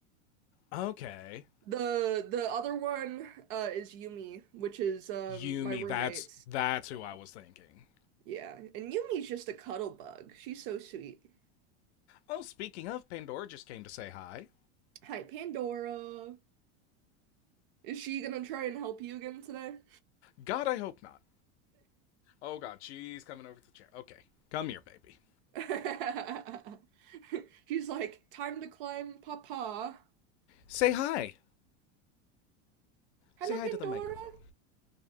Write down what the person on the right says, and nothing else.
The the other one uh is Yumi, which is um
my roommate's.
Yeah.
Yeah. And Yumi's just a cuddle bug. She's so sweet.
Hi, Pandora. Is she gonna try and help you again today?
<laughs> She's like, time to climb, Papa.
Hello,
Pandora.